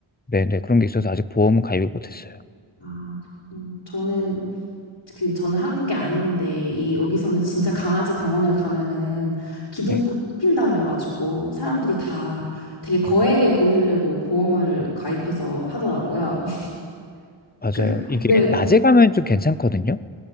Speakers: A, on the left; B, on the left.
A: 네네 그런 게 있어서 아직 보험은 가입을 못했어요.
B: 아, 그렇구나. 저는 그 저는 한국에 안 있는데 이 여기서는 진짜 강아지 병원을 가면은 기둥뿌리
A: 네
B: 뽑힌다 그래가지고 사람들이 다 되게 거액의 돈을 내고 보험을 가입해서 하더라고요. <laughs>
A: 맞아요.
B: 그-
A: 이게
B: 네.
A: 낮에 가면 좀 괜찮거든요.